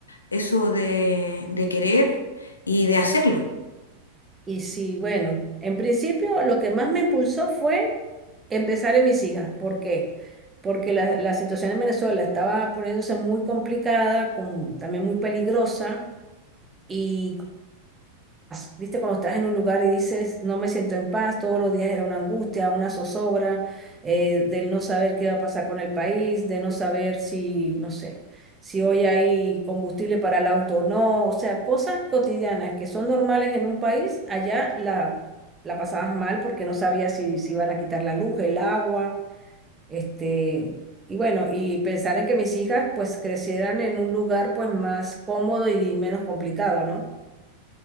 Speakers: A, on the left; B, on the right.
A: eso de, de querer y de hacerlo.
B: Y sí, bueno, en principio lo que más me impulsó fue empezar en mis hijas, ¿por qué? Porque la, la situación en Venezuela estaba poniéndose muy complicada, con- también muy peligrosa. Y paz. ¿Viste? Cuando estás en un lugar y dices, no me siento en paz, todos los días era una angustia, una zozobra, eh, del no saber qué va a pasar con el país, de no saber si, no sé, si hoy hay combustible para el auto o no. O sea, cosas cotidianas que son normales en un país, allá la, la pasabas mal porque no sabías si, si iban a quitar la luz, el agua, este... Y bueno, y pensar en que mis hijas pues crecieran en un lugar pues más cómodo y menos complicado, ¿no?